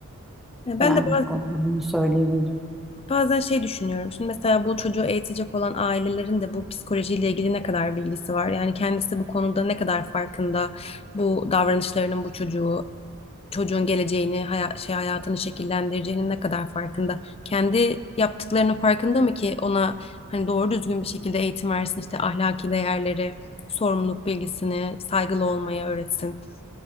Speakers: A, on the left; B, in the centre.
A: E, Ben
B: Yani
A: de baz-
B: bu konuda bunu söyleyebilirim.
A: bazen şey düşünüyorum. Şimdi mesela bu çocuğu eğitecek olan ailelerin de bu psikolojiyle ilgili ne kadar bilgisi var? Yani kendisi bu konuda ne kadar farkında? Bu davranışlarının bu çocuğu çocuğun geleceğini, haya- şey hayatını şekillendireceğinin ne kadar farkında? Kendi yaptıklarının farkında mı ki ona hani doğru düzgün bir şekilde eğitim versin, işte ahlaki değerleri, sorumluluk bilgisini, saygılı olmayı öğretsin.